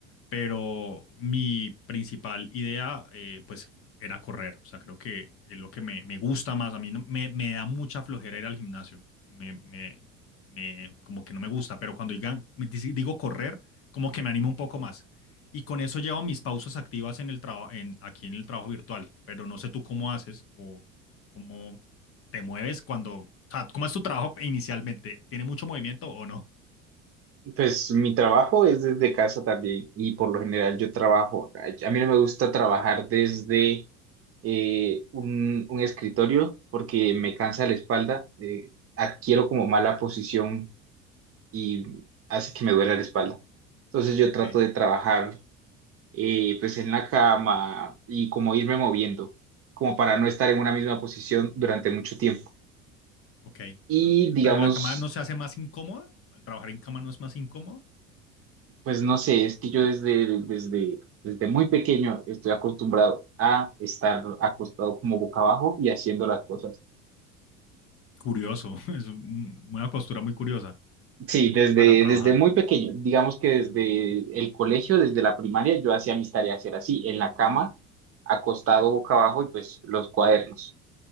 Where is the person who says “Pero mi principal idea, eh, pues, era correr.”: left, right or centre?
Left